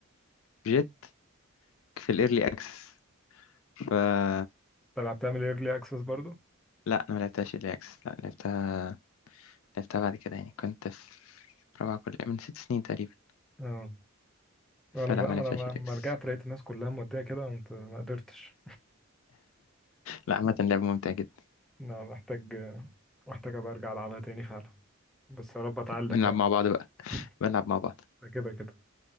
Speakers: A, on the left; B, in the centre.
A: بجيت، في الايرلي اكسس فلا
B: انت لعبتها من الايرلي اكسس برضو
A: انا ما لعبتهاش ايرلي اكسس لا لعبتها لعبتها بعد كده يعني كنت في رابعه كليه من ست سنين تقريبا
B: اه انا
A: فلا
B: بقى
A: ما
B: انا
A: لعبتهاش
B: ما
A: ايرلي
B: ما
A: اكسس
B: رجعت لقيت الناس كلها موديه كده قمت ما قدرتش
A: لا عامه لعبه ممتعه جدا
B: لا محتاج محتاج ابقى ارجع العبها تاني فعلا بس يا رب اتعلم
A: بنلعب
B: بقى
A: مع بعض بقى
B: <laughs>
A: بنلعب مع بعض
B: ده كده كده